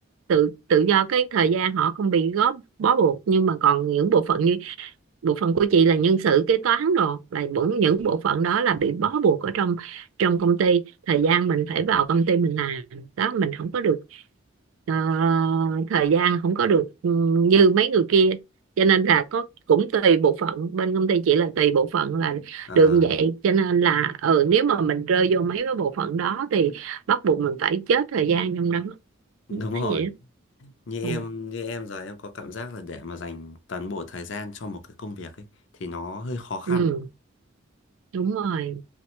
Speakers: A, on the right; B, on the left.
A: tự tự do cái thời gian họ không bị góp bó buộc nhưng mà còn những bộ phận như bộ phận của chị là nhân sự kế toán đồ là những những bộ phận đó là bị bó buộc ở trong trong công ty thời gian mình phải vào công ty mình làm đó mình không có được ờ, thời gian không có được ừ, như mấy người kia cho nên là có cũng tùy bộ phận bên công ty chỉ là tùy bộ phận là
B: Ờ,
A: được như vậy cho nên là ừ nếu mà mình rơi vô mấy cái bộ phận đó thì bắt buộc mình phải chết thời gian trong đó nó
B: đúng
A: vậy
B: rồi
A: á.
B: như
A: ừ,
B: em như em giờ em có cảm giác là để mà dành toàn bộ thời gian cho một cái công việc ấy thì nó hơi khó khăn
A: ừ, đúng rồi